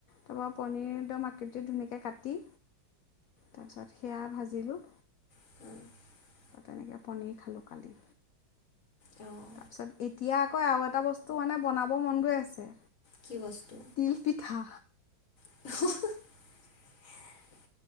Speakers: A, on the left (about 65°); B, on the left (about 40°).
A: তাৰপা পনীৰ একদম আঁক ধুনীয়াকৈ কাটি, তাৰপিছত সেয়া ভাজিলোঁ।
B: <inaudible>
A: তেনেকে পনীৰ খালোঁ কালি।
B: অ'।
A: তাৰপিছত এতিয়া আকৌ আৰু এটা বস্তু মানে বনাব মন গৈ আছে।
B: কি বস্তু?
A: তিল পিঠা।
B: <inaudible>